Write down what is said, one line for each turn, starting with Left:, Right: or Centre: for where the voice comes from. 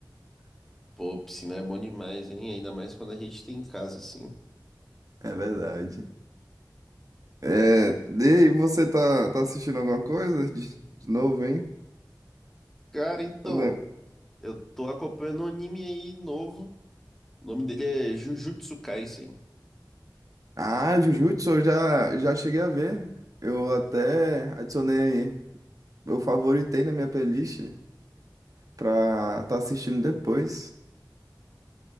Centre: Pô, piscina é bom demais, hein? Ainda mais quando a gente tem em casa, assim.
Right: É verdade. É, e você tá, tá assistindo alguma coisa de, de novo, hein?
Centre: Cara, então.
Right: Le-
Centre: Eu tô acompanhando um anime aí novo. O nome dele é Jujutsu Kaisen.
Right: Ah, Jujutsu, eu já, já cheguei a ver. Eu até adicionei, eu favoritei na minha playlist pra tá assistindo depois.